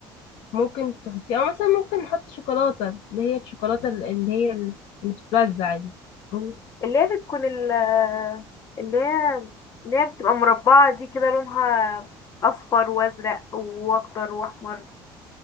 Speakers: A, on the left; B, on the left.
A: ممكن تحطيه او مثلا ممكن نحط شوكولاته اللي هي الشوكولاته اللي هي ال- اللي بتتوزع دي اه
B: اللي هي بتكون ال اللي هي اللي هي بتبقى مربعه دي كده لونها اصفر وازرق واخضر واحمر